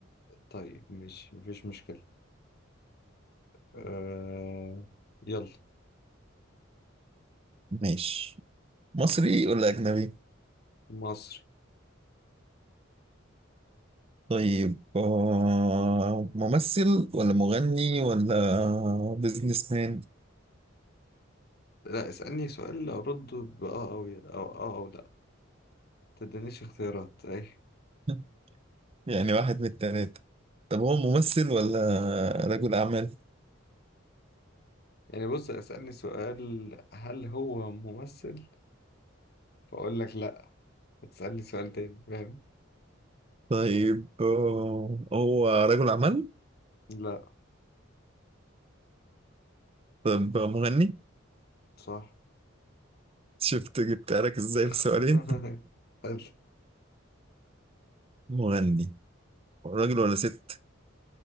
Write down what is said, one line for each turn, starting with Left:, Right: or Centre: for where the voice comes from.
Left: طيب ماشي مفيش مشكلة آه... يلا
Right: ماشي مصري ولا أجنبي؟
Left: مصري
Right: طيب آه، ممثل ولا مغني ولا بيزنس مان؟
Left: لا اسألني سؤال أرد بآه أو ي- أو آه أو لا تدينيش اختيارات أي
Right: <laughs> يعني واحد من التلاتة طب هو ممثل ولا رجل أعمال؟
Left: يعني بص اسألني سؤال هل هو ممثل فأقول لك لا هتسألني سؤال تاني فاهم
Right: طيب آه، هو رجل أعمال؟
Left: لا
Right: طب مغني؟
Left: صح
Right: شفت جبتها لك ازاي
Left: <laughs>
Right: في سؤالين؟
Left: حلو.
Right: <laughs> مغني راجل ولا ست؟